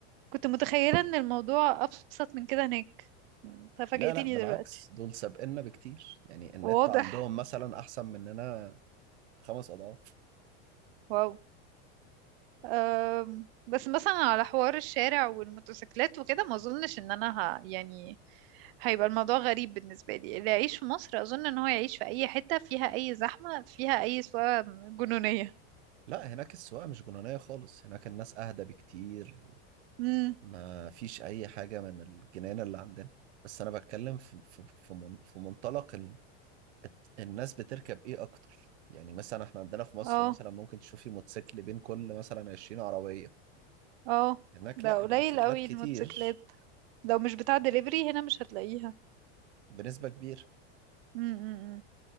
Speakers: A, on the right; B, on the right.
A: كنت متخيلة إن الموضوع أبسط من كده هناك ففاجأتني
B: لا لا بالعكس
A: دلوقتي
B: دول سابقنا بكتير يعني النت
A: واضح
B: عندهم مثلا احسن مننا خمس اضعاف
A: واو أم، بس مثلا على حوار الشارع والموتوسيكلات وكده ما اظنش ان انا ه... يعني هيبقى الموضوع غريب بالنسبة لي اللي يعيش في مصر اظن ان هو يعيش في اي حتة فيها اي زحمة فيها اي سواقة جنونية
B: لا هناك السواقه مش جنونيه خالص هناك الناس اهدى بكتير
A: امم
B: ما فيش اي حاجه من الجنان اللي عندنا بس انا بتكلم في في في من- في منطلق الت- الناس بتركب ايه اكتر يعني مثلا احنا عندنا في مصر
A: اه
B: مثلا ممكن تشوفي موتوسيكل بين كل مثلا 20 عربية
A: اه
B: هناك
A: ده
B: لا الموتوسيكلات
A: قليل قوي
B: كتير
A: الموتوسيكلات لو مش بتاع دليفري هنا مش هتلاقيها
B: بنسبة كبيرة
A: امم